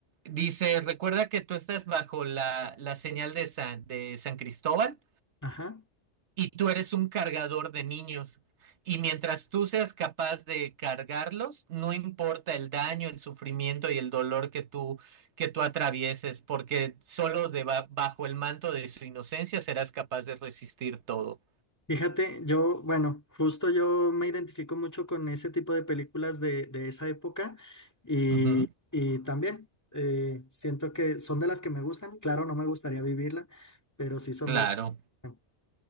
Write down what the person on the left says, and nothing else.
ajá.
Fíjate, yo, bueno, justo yo me identifico mucho con ese tipo de películas de, de esa época y,
y también eh, siento que son de las que me gustan. Claro, no me gustaría vivirla, pero sí son
de las que